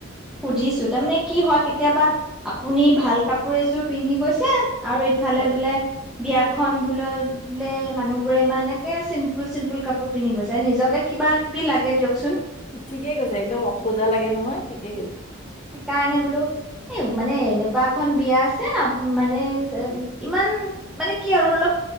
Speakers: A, in the centre; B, on the left (about 35°).
A: সুধিছো, তাৰমানে কি হয় কেতিয়াবা আপুনি ভাল কাপোৰ এযোৰ পিন্ধি গৈছে আৰু ইফালে
B: হয়
A: বোলে বিয়াখন বোলই বোলে মানুহ বোৰে ইমান একে চিম্পুল-চিম্পুল কাপোৰ পিন্ধি গৈছে, নিজকে কিবা কিবি লাগে দিয়কচোন।
B: ঠিকেই কৈছে, একদম অসোজা লাগে নহয়, ঠিকেই কৈছে।
A: কাৰণে, ঋবোলো এই মানে এনেকুৱা এখন বিয়া আছে, মানে ইমান মানে কি আৰু অলপ